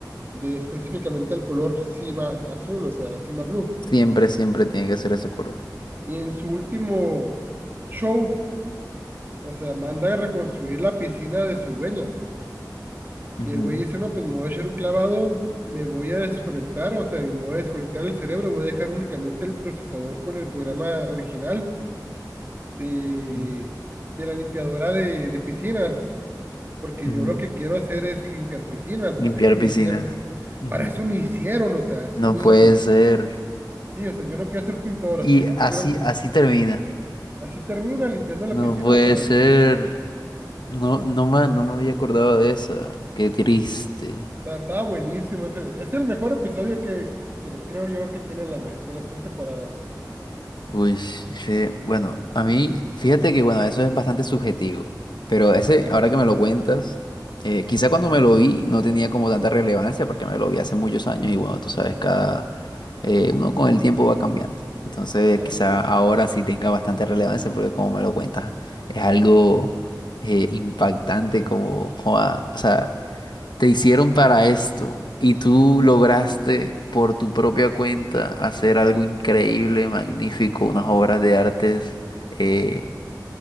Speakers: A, on the right; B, on the left.
A: de específicamente el color cima azul, o sea, cima blue.
B: Siempre, siempre tiene que ser ese color.
A: Y en su último show, o sea, manda a reconstruir la piscina de su dueña.
B: Ujú,
A: Y el güey dice, no, pues me voy a echar un clavado, me voy a desconectar, o sea, me voy a desconectar el cerebro, voy a dejar únicamente el procesador con el programa original de,
B: ujú,
A: de la limpiadora de, de piscinas. porque
B: ujú.
A: yo lo que quiero hacer es limpiar piscinas,
B: Limpiar
A: para eso me
B: piscinas.
A: hicieron,
B: Ujú.
A: para eso me hicieron, o sea, es
B: No
A: mi,
B: puede ser.
A: sí, o sea, yo no quiero ser pintor, o
B: Y
A: sea, yo
B: así,
A: quiero,
B: así termina.
A: así termina limpiando la
B: No
A: piscina,
B: puede
A: o sea,
B: ser. No, no me no me había acordado de esa. Qué triste.
A: está, está buenísimo, es, es el mejor episodio que, que creo yo que tiene la, me- de las tres temporadas,
B: Uy, sí, bueno, a mí, fíjate que bueno, eso es bastante subjetivo, pero ese, ahora que me lo cuentas, eh, quizá cuando me lo vi no tenía como tanta relevancia porque me lo vi hace muchos años y bueno, tú sabes, cada, eh, uno con el tiempo va cambiando, entonces
A: claro
B: quizá
A: que sí.
B: ahora sí tenga bastante relevancia porque como me lo cuentas, es algo eh, impactante como, joda, o sea te hicieron para esto y tú lograste por tu propia cuenta hacer algo increíble, magnífico, unas obras de artes eh,